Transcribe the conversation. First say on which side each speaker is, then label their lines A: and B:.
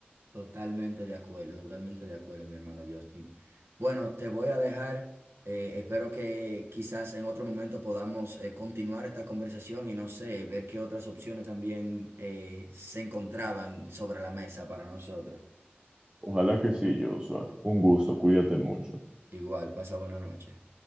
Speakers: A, on the right (about 80°); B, on the right (about 25°).
A: Totalmente de acuerdo, totalmente de acuerdo, mi hermano Justin. Bueno, te voy a dejar. eh, espero que quizás en otro momento podamos eh, continuar esta conversación y no sé, ver qué otras opciones también eh, se encontraban sobre la mesa para nosotros.
B: Ojalá que sí, Joshua. Un gusto, cuídate mucho.
A: Igual, pasa buena noche.